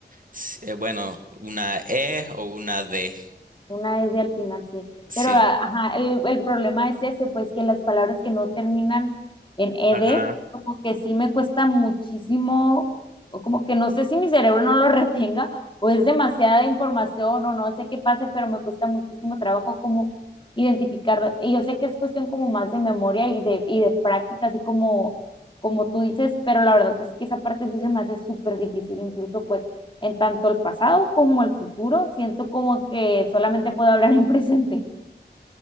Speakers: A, on the right; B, on the left.
A: ci- eh, bueno, una E o una D.
B: Una S al final, sí.
A: Sí.
B: Pero, a- ajá, el, el problema es ese, pues que las palabras que no terminan en ED,
A: Ajá.
B: como que sí me cuesta muchísimo, o como que no sé si mi cerebro no lo <laughs> retenga, o es demasiada información, o no sé qué pase, pero me cuesta muchísimo trabajo como identificarlas. Y yo sé que es cuestión como más de memoria y de, y de práctica, así como, como tú dices, pero la verdad es que esa parte sí se me hace súper difícil, incluso pues en tanto el pasado como el futuro. Siento como que solamente puedo hablar en <laughs> presente.